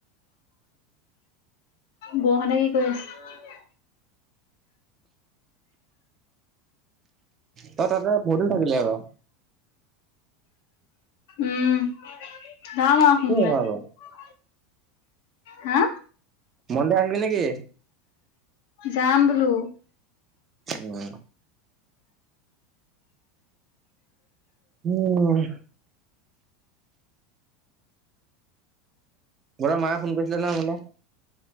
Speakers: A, on the left; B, on the right.
A: বহনে কি কৰি আছে
B: তই তাতে বহুত দিন থাকিলে আক
A: উম, যাম আৰু
B: আকৌ।
A: সোমবাৰে হা
B: মন্দে আহিবি নেকি
A: যাম বোলো
B: উম উম ঘৰ মা ফোন কৰিছিলে নহই মোলে